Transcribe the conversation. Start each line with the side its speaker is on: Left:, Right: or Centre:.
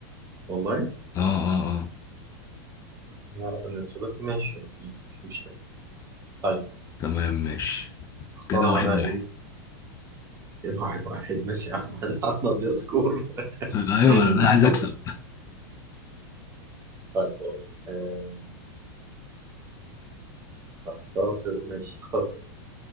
Right: والله
Left: اه اه اه
Right: أنا اعرف النسر بس ماشي اوكي مش مشكله طيب
Left: تمام ماشي
Right: اختار
Left: كده واحد
Right: انا بقى
Left: واحد
Right: ايه كده <laughs> واحد واحد ماشي يا احمد <laughs> احمد دي سكور <laughs>
Left: ايوه انا عايز
Right: خلاص
Left: اكسب
Right: طيب أقول لك. آه، اختار ش- ماشي اخترت